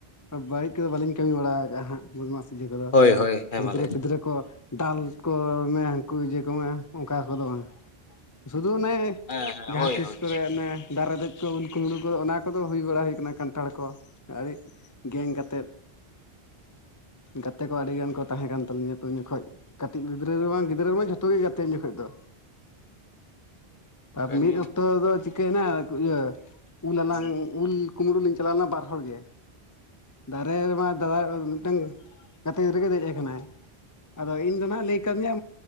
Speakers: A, on the left; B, on the left.
A: ᱵᱟᱹᱲᱤᱡ ᱠᱚᱫᱚ ᱵᱟᱹᱞᱤᱧ ᱠᱟᱹᱢᱤ ᱵᱟᱲᱟ ᱠᱟᱜᱼᱟ ᱦᱟᱸᱜ ᱵᱚᱫᱢᱟᱥ ᱤᱭᱟᱹ ᱠᱚᱫᱚ
B: ᱦᱳᱭ
A: ᱡᱮ
B: ᱦᱳᱭ ᱦᱮᱸ
A: ᱜᱤᱫᱽᱨᱟᱹ
B: ᱢᱟ ᱞᱟᱹᱭ
A: ᱯᱤᱫᱽᱨᱟᱹ ᱠᱚ ᱫᱟᱞ ᱠᱚ ᱢᱮ ᱦᱟᱱᱠᱩ ᱤᱭᱟᱹ ᱠᱚ ᱢᱮ ᱚᱱᱠᱟ ᱠᱚᱫᱚ ᱵᱟᱝ ᱥᱩᱫᱩ ᱚᱱᱮ
B: ᱦᱮᱸ ᱦᱮᱸ
A: ᱡᱟᱦᱟᱸ
B: ᱦᱳᱭ
A: ᱛᱤᱥ
B: ᱦᱳᱭ
A: ᱠᱚᱨᱮ ᱚᱱᱮ ᱫᱟᱨᱮ ᱨᱮ ᱫᱮᱡ ᱠᱚ ᱩᱞ ᱠᱩᱢᱵᱽᱲᱩ ᱠᱚ ᱚᱱᱟ ᱠᱚᱫᱚ ᱦᱩᱭ ᱵᱟᱲᱟ ᱦᱩᱭ ᱠᱟᱱᱟ ᱠᱟᱱᱴᱷᱟᱲ ᱠᱚ ᱟᱹᱰᱤ ᱜᱮᱝ ᱠᱟᱛᱮᱫ ᱜᱟᱛᱮ ᱠᱚ ᱟᱹᱰᱤ ᱜᱟᱱ ᱠᱚ ᱛᱟᱦᱮᱸ ᱠᱟᱱ ᱛᱟᱞᱤᱧᱟ ᱛᱚ ᱩᱱ ᱡᱚᱠᱷᱚᱡ ᱠᱟᱹᱴᱤᱡ ᱜᱤᱫᱽᱨᱟᱹ ᱨᱮᱢᱟ ᱜᱤᱫᱽᱨᱟᱹ ᱨᱮᱢᱟ ᱡᱷᱚᱛᱚ ᱜᱮ ᱜᱟᱛᱮ ᱩᱱ ᱡᱚᱠᱷᱚᱡ ᱫᱚ ᱛᱟ
B: ᱠᱟᱹᱢᱤᱭᱟᱢ
A: ᱢᱤᱫ ᱚᱠᱛᱚ ᱫᱚ ᱪᱤᱠᱟᱹᱭᱱᱟ ᱤᱭᱟᱹ ᱩᱞᱦᱟᱞᱟᱝ
B: ᱫᱩ
A: ᱩᱞ ᱠᱩᱢᱲᱩ ᱞᱤᱝ ᱪᱟᱞᱟᱣ ᱞᱮᱱᱟ ᱵᱟᱨ ᱦᱚᱲ ᱜᱮ ᱫᱟᱨᱮ ᱨᱮᱢᱟ ᱫᱟᱫᱟᱭ ᱢᱤᱫᱴᱟᱝ ᱜᱟᱛᱮ ᱜᱤᱫᱽᱨᱟᱹ ᱜᱮ ᱫᱮᱡ ᱠᱟᱱᱟᱭ ᱟᱫᱚ ᱤᱧ ᱫᱚ ᱱᱟᱸᱜ ᱞᱟᱹᱭ ᱠᱟᱫᱤᱧᱟ